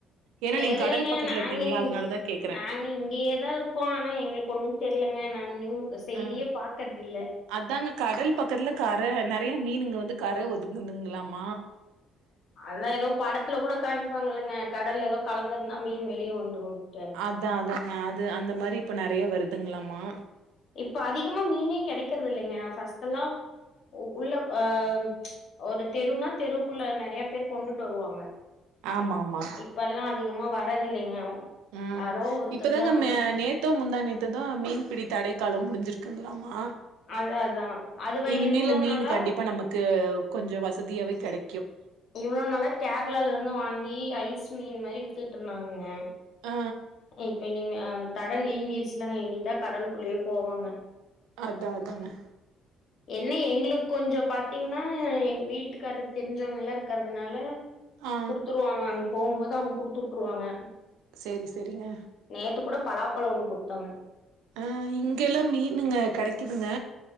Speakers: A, on the right (about 80°); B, on the left (about 60°).
A: ஏன்னா
B: தெர்லிங்க
A: நீங்க கடல் பக்கத்துல
B: நாங்க
A: இருக்கீங்களா
B: இங்
A: அதனாலதா கேக்குறே
B: நாங்க இங்கேயேதா இருக்கோ ஆனா எங்களுக்கு ஒண்ணும் தெர்லங்க நா நியூ செய்தியே
A: அ
B: பாக்கறதில்ல
A: அதாங்க கடல் பக்கத்துல கரை நெறைய மீனுங்க வந்து கரை ஒதுக்குதுங்களாமா
B: அதுதா ஏதோ படத்துல கூட காமிப்பாங்கல்லங்க கடல்ல ஏதோ கலந்துருந்தா மீன் வெளியே வந்துருன்ட்டு
A: அத்தா அதாங்க அது அந்த மாரி இப்ப நெறையா வருதுங்களாமா
B: இப்ப அதிகமா மீனே கெடைக்கறது இல்லைங்க ஃபர்ஸ்ட்டல்லா உள்ள ஆஹ் ஒரு தெருனா தெருக்குள்ள நெறைய பேர் கொண்டுட்டு வருவாங்க
A: ஆமா ஆமா
B: இப்பல்லா அதிகமா வரதில்லிங்க
A: ஆ
B: யாரோ ஒருத்தர்
A: இப்பதாங்க
B: தா வராங்
A: மே நேத்தோ முந்தாநேத்து தா மீன்பிடி தடைக்காலம் முடிஞ்சிருக்குங்களாமா
B: அதா அதா அதுவா
A: இனிமேலு
B: இவ்ளோ
A: மீன்
B: நாளா
A: கண்டிப்பா நமக்கு கொஞ்சோ வசதியாவே கெடைக்கும்
B: இவ்ளோ நாளா கேரளால இருந்து வாங்கி ஐஸ் மீன் மாரி வித்துட்டு இருந்தாங்கக
A: ஆ
B: இப்ப இனிமே தட நீங்கிருச்சுலாங்க இனிதா கடல் குள்ளவே போவாங்க
A: அதா அதாங்க
B: என்ன எங்ளுக்கு கொஞ்சோ பாத்தீங்னா எங் வீட்டுக்காரருக்கு தெரிஞ்சவங்க எல்லாரு இருக்கறதுனால
A: ஆ
B: குடுத்துருவாங்க அங்க போம்போது அவ்ங் குட்த்து வுட்டுருவாங்க
A: சேரி சேரிங்க
B: நேத்து கூட பலாப்பழம் ஒண்ணு குட்த்தாங்க
A: ஆஹ இங்க கெல்லா மீனுங்க கெடைக்குதுங்க